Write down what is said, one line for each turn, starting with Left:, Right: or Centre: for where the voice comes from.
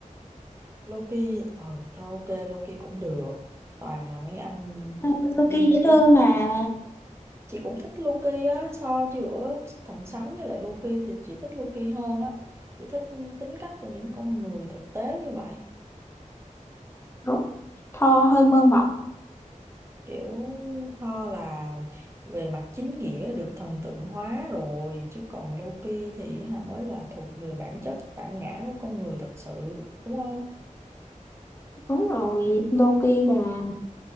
Right: Loki, ừ thôi ok Loki cũng được. Toàn là mấy anh
Left: Ờ, Loki
Right: siêu
Left: dễ
Right: chiến
Left: thương mà
Right: chị cũng thích Loki á so giữa thần sấm với lại Loki thì chị thích Loki hơn á chị thích tính cách của những con người thực tế như vậy
Left: đúng Thor hơi mơ mộng
Right: kiểu Thor là về mặt chính nghĩa được thần tượng hóa rồi chứ còn Loki thì hà mới là thuộc người bản chất bản ngã của con người thật sự đúng không
Left: đúng rồi Loki là